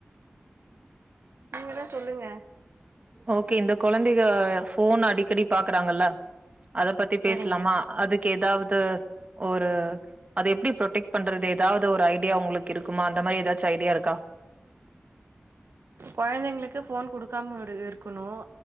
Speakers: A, on the right; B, on the right.
A: நீங்க தான் சொல்லுங்க
B: ஓகே இந்த கெழந்தைக போன் அடிக்கடி பாக்குறாங்கள அதை பத்தி பேசலாமா
A: செரிங்க
B: அதுக்கு ஏதாவது ஒரு அதை எப்படி ப்ரொடெக்ட் பண்றது ஏதாவது ஒரு ஐடியா உங்களுக்கு இருக்குமா அந்த மாதிரி ஏதாச்சும் ஐடியா இருக்கா
A: குழந்தைங்களுக்கு போன் குடுக்காம இருக்குணும்